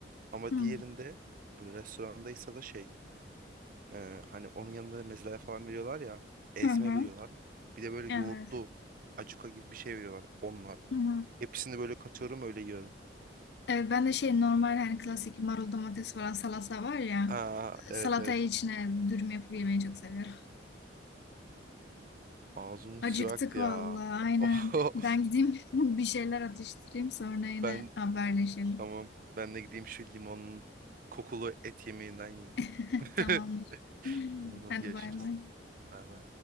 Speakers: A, on the right (about 45°); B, on the left (about 60°).
A: Ama
B: Hmm.
A: diğerinde böyle restorandaysa da şey Ee, hani onun yanında mezeler falan veriyorlar ya. Ezme
B: Hı hı.
A: veriyorlar. Bir de böyle
B: Evet.
A: yoğurtlu acuka gibi bir şey veriyorlar. Onlar.
B: Hı hı.
A: Hepsini böyle katıyorum öyle yiyorum.
B: Evet, ben de şey normal hani klasik marul domates falan salata var ya.
A: Aa evet
B: Salatayı
A: evet.
B: içine dürüm yapıp yemeyi çok seviyorum.
A: Ağzımın
B: Acıktık
A: suyu aktı
B: vallahi
A: ya. <laughs>
B: aynen.
A: Oho.
B: Ben gideyim <laughs> bir şeyler atıştırayım sonra yine
A: Ben
B: haberleşelim.
A: tamam. Ben de gideyim şu limonun kokulu et yemeğinden yiyeyim.
B: <laughs>
A: <laughs>
B: Tamamdır.
A: Tamam hadi
B: Hadi
A: görüşürüz.
B: bay bay.
A: Bay bay.